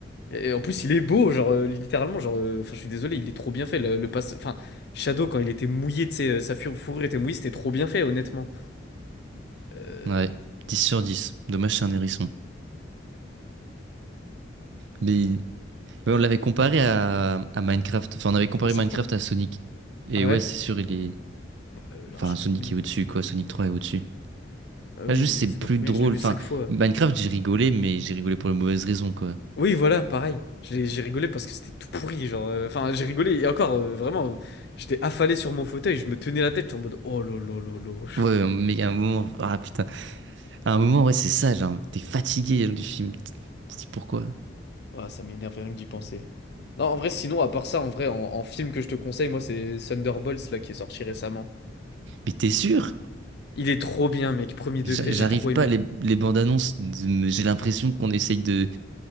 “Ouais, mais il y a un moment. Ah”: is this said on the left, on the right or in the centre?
Right